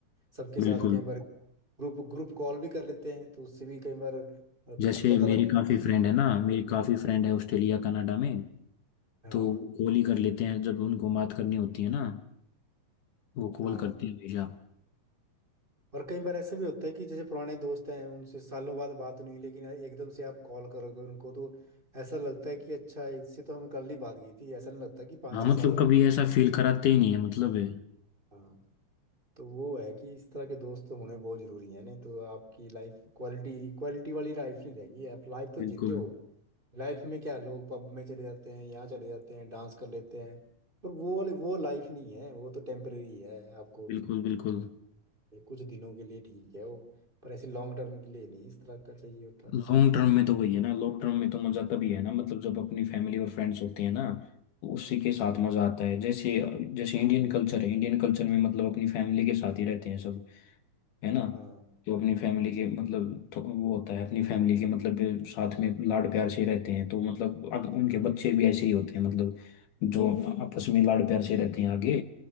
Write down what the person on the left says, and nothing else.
बिल्कुल
जैसे
मेरी
काफ़ी
फ्रेंड है ना मेरी काफ़ी फ्रेंड है ऑस्ट्रेलिया कनाडा में
तो कॉल ही कर लेते हैं जब उनको बात करनी होती है ना वो कॉल
करते हैं हमेशा
हाँ
मतलब
कभी
ऐसा फील कराते ही नहीं है मतलब है
बिल्कुल
बिल्कुल बिल्कुल
लॉन्ग टर्म में तो वही है ना लॉन्ग टर्म में तो मज़ा तभी है ना मतलब जब अपनी फैमिली और फ्रेंड्स होते हैं ना तो उसी के साथ मज़ा आता है जैसे जैसे इंडियन कल्चर है इंडियन कल्चर में मतलब अपनी फैमिली के साथ ही रहते हैं सब है ना
जो अपनी फैमिली के मतलब तो वो होता है अपनी फैमिली के मतलब साथ में लाड प्यार से रहते हैं तो मतलब अब उनके बच्चे भी ऐसे ही होते हैं मतलब जो आपस में लाड प्यार से रहते हैं आगे